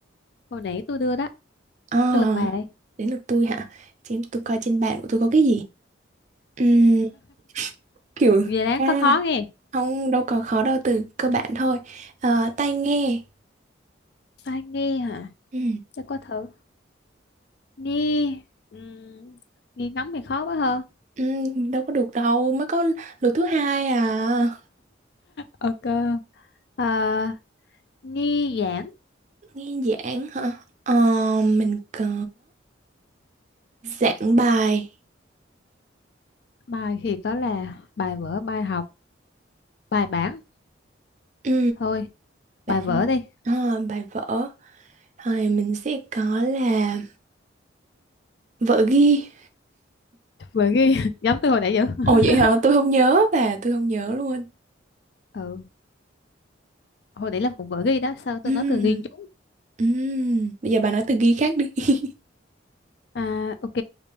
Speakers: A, on the left; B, on the right.
A: hồi nãy tôi đưa đó
B: À,
A: tôi lật bài đây
B: đến lượt tôi hả? Xem tôi coi trên bàn của tôi có cái gì. kiểu
A: Về đáng
B: à
A: có khó nghe.
B: không đâu có khó đâu từ cơ bản thôi Ờ, tai nghe
A: Ai nghe hả?
B: Ừ.
A: Chắc có thử. Nghe. Uhm, nghe ngóng thì khó quá hơn.
B: ừ, đâu có được đâu mới có lượt thứ hai à
A: Ok. Ờ, nghi giảng.
B: nghe giảng hả Ờ, mình có giảng bài
A: Bài thì có là bài vở, bài học, bài bản.
B: ừ,
A: Thôi,
B: bạn
A: bài vở đi.
B: ờ, bài vở rồi mình sẽ có là vở ghi
A: Vở ghi. <laughs> Giống tôi hồi nãy vậy.
B: ồ
A: <laughs>
B: vậy hả tôi không nhớ bà tôi không nhớ luôn
A: Ừ. Hồi nãy là cũng vở ghi đó. Sao tôi
B: ừ,
A: nói từ ghi chú?
B: ừ. bây giờ bà nói từ ghi khác đi <laughs>
A: À, ok.